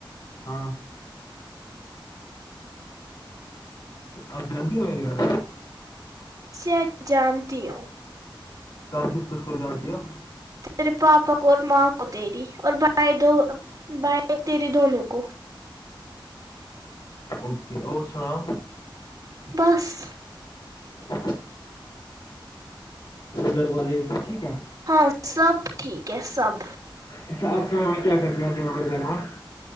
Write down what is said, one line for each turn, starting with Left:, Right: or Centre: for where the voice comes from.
Left: ہاں آپ جانتی ہو م گھر
Right: سے جانتی ہو
Left: کہاں کس کس کو جانتی ہے
Right: تے پاپا کو اور ماں کو تری اور بھائی دو بھائی تیری دونوں کو
Left: اوکے اور سناؤ
Right: بس
Left: <inaudible> اور گھر والے سب ٹھیک ہے
Right: ہاں سب ٹھیک ہے سب
Left: اچھا آپ کی مامی کیا کرتی ہیں د نمبر گھر میں